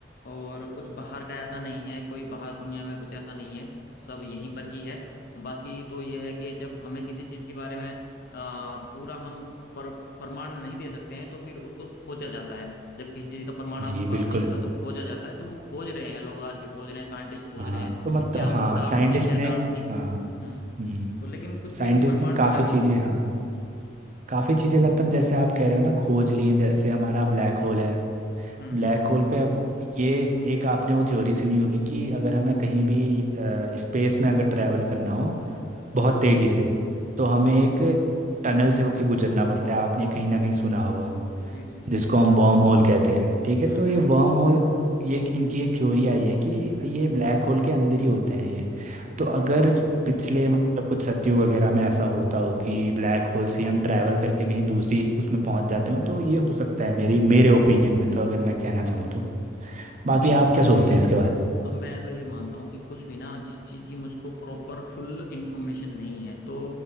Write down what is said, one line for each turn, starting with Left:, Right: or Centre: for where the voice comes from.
Left: और कुछ बाहर का ऐसा नहीं है कोई बाहर दुनिया में कुछ ऐसा नहीं है सब यहीं पर ही है बाकी तो यह है कि जब हमें किसी चीज के बारे में आ, पूरा हम पर प्रमाण नहीं दे सकते हैं तो फिर उसको खोजा जाता है जब किसी चीज का प्रमाण आपके
Right: जी
Left: पास
Right: बिल्कुल
Left: नहीं होता तो खोजा जाता है तो वो खोज रहे हैं लोग आज भी खोज रहे हैं साइंटिस्ट खोज
Right: हाँ
Left: रहे हैं
Right: तो मतलब
Left: या
Right: हाँ
Left: कुछ दार्शनिक
Right: साइंटिस्ट
Left: है
Right: ने
Left: दार्शनिक
Right: हाँ
Left: हम्म
Right: हम्म
Left: तो लेकिन कुछ
Right: साइंटिस्ट
Left: भी अभी प्रमाण
Right: ने काफ़ी
Left: मिला नहीं
Right: चीज़ें
Left: है किसी
Right: हाँ
Left: का
Right: काफ़ी चीज़ें मतलब जैसे आप कह रहे हो ना खोज लिए हैं। जैसे हमारा ब्लैक होल है
Left: हम्म
Right: ब्लैक
Left: हम्म
Right: होल पे अब ये एक आपने वो थ्योरी सुनी होगी कि अगर हमें कहीं भी स्पेस में अगर ट्रैवल करना हो बहुत
Left: हम्म
Right: तेज़ी से तो हमें एक टनल से होके गुजरना पड़ता है आपने कहीं ना कहीं सुना होगा
Left: जी जी
Right: जिसको
Left: जी बिल्कुल
Right: हम
Left: बिल्कुल।
Right: वर्म होल कहते हैं ठीक है
Left: हम्म
Right: तो ये
Left: हम्म
Right: वर्म
Left: हम्म
Right: होल ये एक- इनकी एक थ्योरी आई है कि ये ब्लैक होल के अंदर ही होते हैं ये तो अगर
Left: अच्छा
Right: पिछले मतलब कुछ सत्युग वगैरह में ऐसा होता हो कि ब्लैक होल से हम ट्रैवल करके कहीं दूसरी उसमें पहुंच जाते हो तो ये हो सकता है मेरी मेरे ओपिनियन में तो अगर मैं कहना चाहूँ तो बाकी
Left: देखिए कुछ
Right: आप क्या सोचते
Left: भी
Right: हैं इसके बारे
Left: अब मैं तो ये मानता हूँ कि कुछ भी ना जिस चीज़ की मुझको प्रॉपर फुल इंफॉर्मेशन नहीं है तो